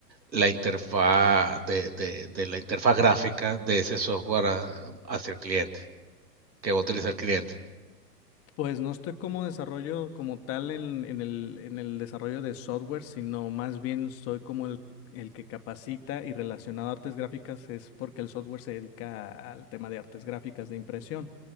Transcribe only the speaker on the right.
la interfaz de, de, de la interfaz gráfica de ese software a- hacia el cliente, que va a utilizar el cliente.